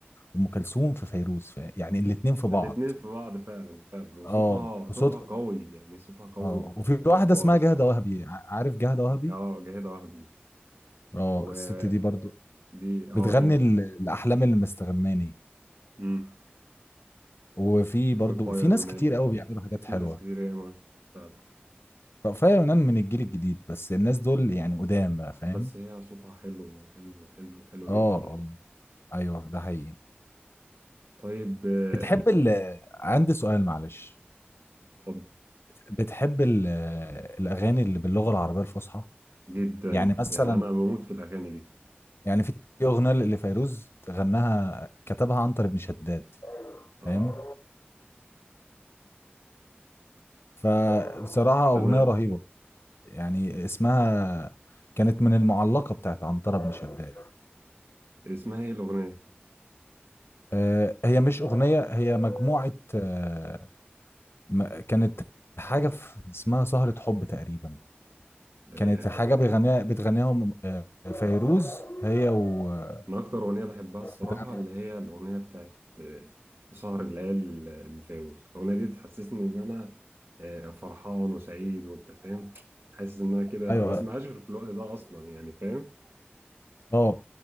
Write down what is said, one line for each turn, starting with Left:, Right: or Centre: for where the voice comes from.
Left: أم كلثوم في فيروز ف- يعني الاتنين في
Right: الاتنين
Left: بعض
Right: في بعض فعلا فعلا وصوتها
Left: اه
Right: صوتها
Left: وصوت
Right: قوي يعني صوتها قوي
Left: اه وفي
Right: وجبار
Left: واحدة اسمها
Right: الصراحة
Left: جهدة وهبي ع- عارف جهدة وهبي
Right: اه جاهدة وهبي
Left: اه
Right: ودي
Left: الست دي برضو
Right: اه
Left: بتغني
Right: ليها
Left: ال- الأحلام اللي مستغماني
Right: امم
Left: وفي برضو
Right: فايا
Left: في
Right: يونان
Left: ناس كتير قوي بيعملوا حاجات
Right: في
Left: حلوة
Right: ناس كتير ياما فعلا
Left: رأفاية يونان من الجيل الجديد بس الناس دول يعني قدام بقى فاهم
Right: بس هي صوتها حلو حلو حلو حلو
Left: اه
Right: جدا يعني
Left: اه ايوه ده حقيقي
Right: طيب آه،
Left: بتحب ال عندي سؤال معلش
Right: اتفضل
Left: بتحب ال الأغاني اللي باللغة العربية الفصحى
Right: جدا
Left: يعني مثلا
Right: يعني انا بموت في الاغاني دي
Left: يعني في أغنية اللي فيروز غناها كتبها عنتر بن شداد
Right: اه
Left: فاهم فبصراحة
Right: تمام
Left: أغنية رهيبة يعني اسمها كانت من المعلقة بتاعت عنتر بن شداد
Right: اسمها ايه الاغنيه
Left: آه، هي مش أغنية هي مجموعة آه، ما- كانت حاجة في اسمها سهرة حب تقريبا
Right: آه،
Left: كانت
Right: يعني
Left: حاجة بيغنيها بتغنيها ام- آه، فيروز هي و آه،
Right: انا اكتر اغنيه بحبها الصراحه
Left: بتغني
Right: اللي هي الاغنيه بتاعت آه، سهر الليالي اللي فيروز الاغنيه دي تحسسني ان انا آه، فرحان وسعيد وانت فاهم حاسس ان انا كده
Left: ايوه
Right: ما بسمعهاش في الوقت ده اصلا يعني فاهم
Left: اه